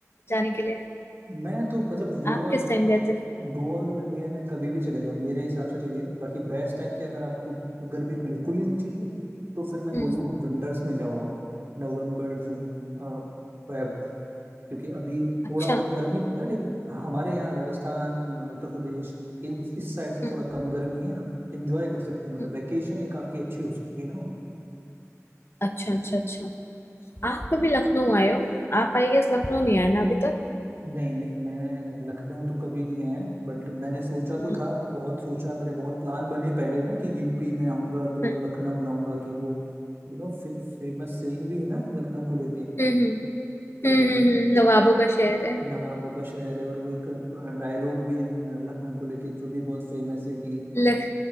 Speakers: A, on the left (about 50°); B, on the right (about 45°).
A: जाने के लिए
B: मैं तो मतलब गोवा
A: आप किस टाइम गए थे
B: गोवा तो इंडिया में कभी भी चले जाओ मेरे हिसाब से तो ये है बाकी बेस्ट टाइम कि अगर आपको गर्मी बिल्कुल ही नहीं चाहिए तो फिर मैं
A: हम्म
B: बोलूँगा विंटर्स में जाओ आप नवंबर टू फेब क्योंकि अभी
A: अच्छा
B: थोड़ा बहुत गर्मी होता है लेकिन हमारे यहाँ राजस्थान अ, उत्तर प्रदेश इन इस साइड से
A: हम्म
B: थोड़ा कम गर्मी है आप इंजॉय कर सकते हैं मतलब
A: हम्म
B: वैकेशन एक आपकी अच्छी हो सकती है ना
A: अच्छा अच्छा अच्छा आप कभी लखनऊ आए हो आप आई गेस लखनऊ नहीं आए ना अभी तक
B: नहीं नहीं मैं लखनऊ तो कभी नहीं आया बट मैंने सोचा तो
A: हम्म
B: था बहुत सोचा मेरे बहुत प्लान बने पहले ना कि यूपी में आऊंगा तो
A: हम्म
B: लखनऊ जाऊंगा कि वो यू नो फे, फेमस सेइंग भी है ना लखनऊ को लेके
A: हम्म हम्म
B: कि
A: हम्म, हम्म, नवाबों का शहर है
B: नवाबों का शहर है और वो एक डायलॉग भी है लखनऊ को लेके जो भी बहुत फेमस है कि
A: लख